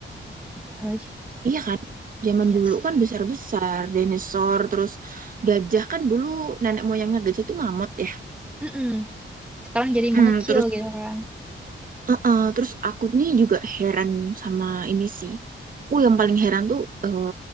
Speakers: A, in the centre; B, on the right.
A: Iya lagi.
B: Iya kan? Zaman
A: Iya
B: dulu
A: sih.
B: kan besar-besar, dinosaur, terus gajah kan dulu nenek moyangnya gajah itu mamut ya.
A: Mm-mm. Sekarang jadi
B: Mm,
A: mengecil
B: terus
A: gitu kan
B: eh, eh, terus aku nih juga heran sama ini sih. Oh, yang paling heran tuh eh,